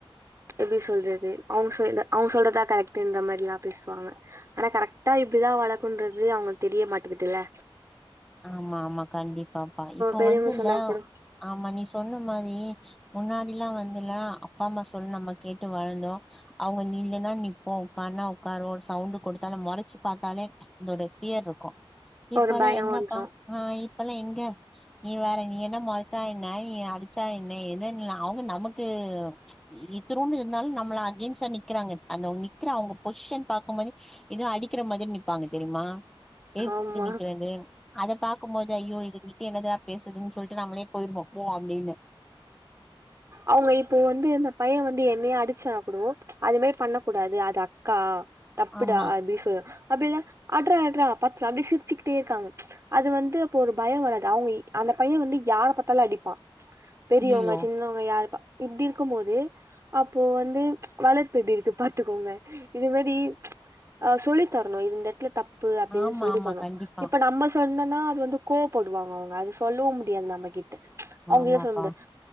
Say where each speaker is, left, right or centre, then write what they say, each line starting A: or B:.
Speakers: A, on the right; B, in the centre.
A: எப்டி சொல்றது அவுங் சைட் அவங்க சொல்றதான் கரெக்ட் இந்த மாதிரில்லாம் பேசுவாங்க ஆனா கரெக்ட்டா இப்டிதான் வளர்க்கன்றது அவங்களுக்கு தெரிய மாட்டேங்கதுல்ல
B: ஆமா ஆமா கண்டிப்பாப்பா இப்ப
A: பெரியவங்க
B: வந்துல
A: சொன்னா கூட
B: ஆமா நீ சொன்ன மாரி முன்னாடி எல்லா வந்துல்லா அப்பா அம்மா சொல் நம்ம கேட்டு வளர்ந்தோ அவங்க நீல்லுனா நீப்போ உட்காருனா உட்காருவோ சவுண்ட் கொடுத்தாலே மொறச்சு பாத்தாலே ச் அதோட ஃபியர் இருக் கு இப்பெல்லா
A: ஒரு பயோ
B: என்னப்பா
A: வந்துரு
B: ஆ இப்பெல்லா எங்க நீ வேற நீ என்ன மொறச்சா என்ன நீ அடிச்சா என்ன எதுன்ன அவங்க நமக்கு ச் த்துனுண்டு இருந்தாலு நம்மள அகென்ஸ்டா நிக்கிறாங்க அந்த நிக்கிற அவங்க பொசிஷன் பாக்கு போதே எதுவு அடிக்கிற மாரியே நிப்பாங்க தெரியுமா ஏதிர்த்து
A: ஆமா
B: நிக்குறது அத பாக்கு போது ஐயோ இதுங்கிட்டு என்ன தா பேசுறதுன்னு சொல்ட்டு நம்மளே போயிருவோ போ அப்டின்னு
A: அவங்க இப்போ வந்து இந்த பைய வந்து என்னயே அடிச்சானு கூடோ அது மாரி பண்ண கூடாது அது அக்கா தப்புடா
B: ஆமா
A: அப்டின்னு சொல் அப்டில்ல அட்ரா அட்ரா பாத்தூக்கலா அப்டியே சிரிச்சுக்கிட்டே இருக்காங்க ச் அது வந்து அப்போ ஒரு பயோ வராது அவங்க அந்த பைய வந்து யார பாத்தாலு அடிப்பா பெரியவங்க
B: ஐயையோ
A: சின்னவங்க யாருப்பா இப்டி இருக்கு போது அப்போ வந்து ச் வளர்ப்பு எப்டி இருக்கு பாத்துக்கோங்க இது மாரி ச் அ சொல்லித்தரணு இது இந்த இடத்துல தப்பு அப்டின்னு
B: ஆமா
A: சொல்லி
B: ஆமா
A: தரணு
B: கண்டிப்பா
A: இப்ப நம்ம சொன்னன்னா அது வந்து கோவப்படுவாங்க அவங்க அது சொல்லவு முடியாது நம்மகிட்ட ச் அவங்கிட்ட
B: ஆமாப்பா
A: சொல்ல முடியாது